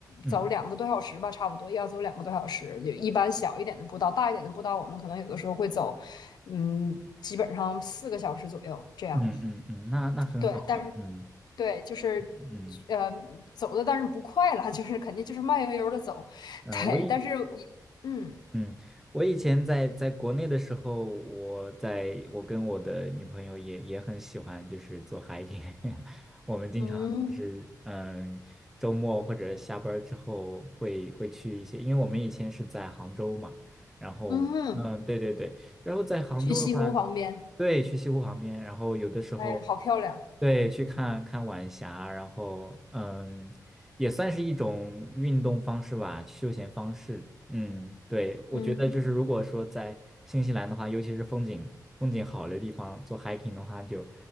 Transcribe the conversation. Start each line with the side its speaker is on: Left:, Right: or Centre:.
Centre: 嗯
Left: 走两个多小时吧，差不多要走两个多小时。就一般小一点的步道，大一点的步道，我们可能有的时候会走，嗯，基本上四个小时左右这样。
Centre: 嗯嗯嗯，嗯那那很好啊，
Left: 对，但是
Centre: 嗯
Left: 对，就是
Centre: 嗯
Left: 呃，走的但是不快了，<laughs> 就是肯定就是慢悠悠的走。
Centre: 嗯，
Left: 对，
Centre: 呃我也
Left: 但是一嗯
Centre: 嗯，我以前在在国内的时候，我在我跟我的女朋友也也很喜欢，就是做 hiking。<laughs> 我们经常就是嗯，
Left: 嗯
Centre: 周末或者下班儿之后会会去一些，因为我们以前是在杭州嘛，然后嗯，
Left: 嗯，
Centre: 对对对，然后在杭州的话，
Left: 去西湖旁边，
Centre: 对，去西湖旁边，然后有的时候
Left: 哎，好漂亮，
Centre: 对去看看晚霞，然后嗯，也算是一种运动方式吧，休闲方式。嗯，对，我觉得就是如果说在新西兰的话，
Left: 嗯，
Centre: 尤其是风景风景好的地方做 hiking 的话就，